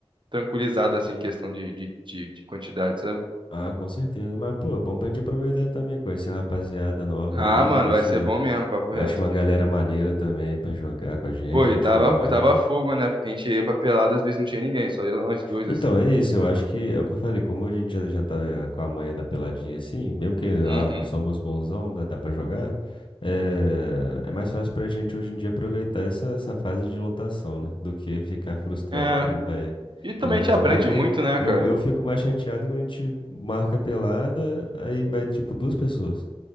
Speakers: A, on the right (about 50°); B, on the left (about 50°).
A: tranquilizada, assim, em questão de, de, de, de quantidade, sabe?
B: Ah, com certeza. Mas, pô, é bom pra gente aproveitar também, conhecer uma rapaziada nova
A: Ah,
B: aí,
A: mano,
B: ver
A: vai
B: se
A: ser bom mesmo, papo
B: acha
A: reto
B: uma
A: aqui.
B: galera maneira também pra jogar com a gente
A: Pô, e tava,
B: e tudo mais.
A: e tava fogo, né? Porque a gente ia pra pelada, às vezes não tinha ninguém, só ia nós dois,
B: Então,
A: assim.
B: é isso, eu acho que é o que eu falei, como a gente já, já tá eh, com a manha da peladinha assim, mesmo que
A: Uhum.
B: ah, não somos bonzão, né, dá pra jogar, é, é mais fácil pra gente hoje em dia aproveitar essa, essa fase de lotação, né? Do que ficar frustrado
A: É,
B: que não vai,
A: e também
B: que vai negociar.
A: a gente aprende
B: Porque
A: muito, né,
B: eu,
A: cara?
B: eu fico mais chateado quando a gente marca pelada, aí vai tipo duas pessoas.